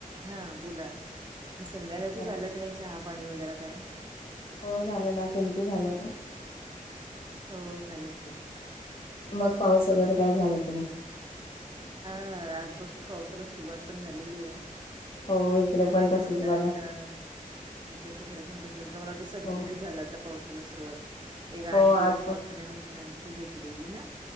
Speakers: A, on the right; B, on the left.
A: हा बोला, संध्याकाळचं
B: हॅलो
A: झालं का नाही चहा पाणी वगैरे काय?
B: हो झालं ना, तुमचं झालं का?
A: हो झालं की.
B: मग पाऊस वगैरे काय झाला की ना?
A: हा आजपासून पावसाला सुरुवात पण झालेली आहे.
B: हो इकडे पण
A: तेच
B: तसच
A: म्हणल
B: बघा
A: <unintelligible> अच्छा तिकडे पण तसंच मला वाटलं सगळीकडे
B: हो
A: झाला तर पावसाला सुरुवात, एक
B: हो
A: आठ दिवस
B: आज
A: पावसाने
B: पण
A: विश्रांती घेतलेली ना.